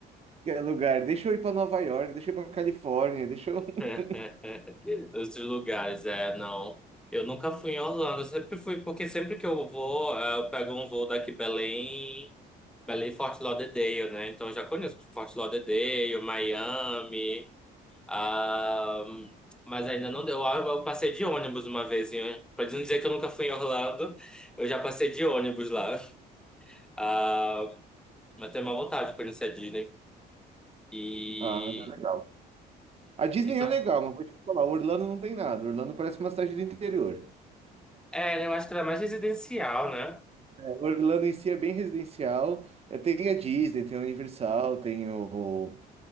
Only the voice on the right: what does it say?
Que é lugar. Deixa eu ir pra Nova York, deixa eu ir pra Califórnia, deixa eu. <laughs>
Ah, mas é legal. A Disney
é legal, mas vou te falar, Orlando não tem nada. Orlando parece uma cidade do interior.
É, Orlando em si é bem residencial. É, tem a Disney, tem a Universal, tem o